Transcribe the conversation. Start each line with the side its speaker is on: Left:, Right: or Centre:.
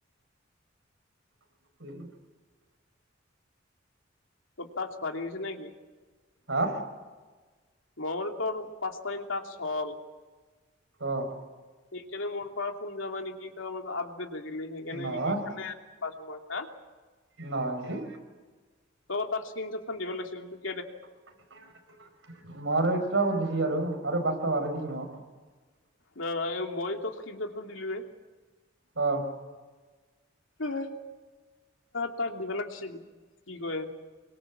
Right: <unintelligible>
Left: <unintelligible> গৈছে নেকি।
Right: হা?
Left: মঙল তাল পাঁচটাৰিটা চল
Right: অ'।
Left: সেইকাৰণে মোৰ পাৰা ফোন যোৱা নাই নেকি, <unintelligible> <unintelligible> সেইকাৰণে
Right: নহয়
Left: নিকিকিনে ছানে পাছ হা
Right: নহয় নেকি
Left: <unintelligible>
Right: মই আৰু এক্সট্ৰা কত দিচি আৰু, আৰু <unintelligible>
Left: নহয়, মই তোক <unintelligible> দিলোৱে।
Right: অ'।
Left: <unintelligible> তাক দিব লাগছিলো, কি কই।